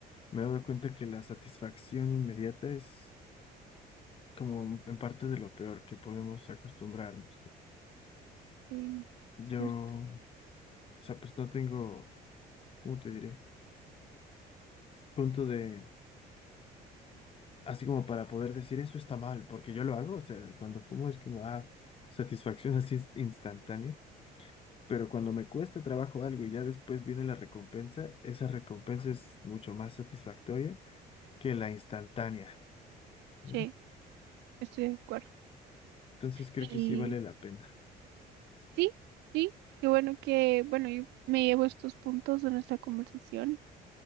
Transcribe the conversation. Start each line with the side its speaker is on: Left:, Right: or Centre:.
Left: me he dado cuenta que la satisfacción inmediata es como en parte de lo peor que podemos acostumbrarnos. ¿no?
Right: Sí,
Left: Yo,
Right: cierto.
Left: o sea, pues no tengo, ¿cómo te diré? Punto de, así como para poder decir eso está mal, porque yo lo hago, o sea, cuando fumo es como, ah, satisfacción así instantánea Pero cuando me cuesta trabajo algo y ya después viene la recompensa, esa recompensa es mucho más satisfactoria que la instantánea, ¿no?
Right: Sí, estoy de acuerdo.
Left: Entonces creo
Right: Y
Left: que sí vale la pena.
Right: Sí, sí, qué bueno que, bueno, yo me llevo estos puntos de nuestra conversación